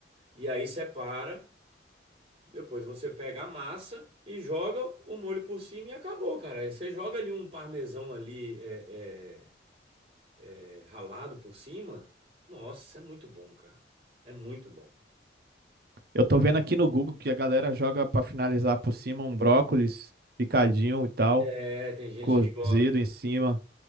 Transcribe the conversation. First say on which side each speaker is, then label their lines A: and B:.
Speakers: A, on the right (about 30°); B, on the right (about 55°).
A: E aí separa, depois você pega a massa e joga o molho por cima e acabou, cara. Aí você joga ali um parmesão ali é, é, é, ralado por cima. Nossa, é muito bom, cara. É muito bom.
B: Eu tô vendo aqui no Google que a galera joga pra finalizar por cima um brócolis picadinho e tal,
A: É, tem gente
B: cozido
A: que gosta.
B: em cima.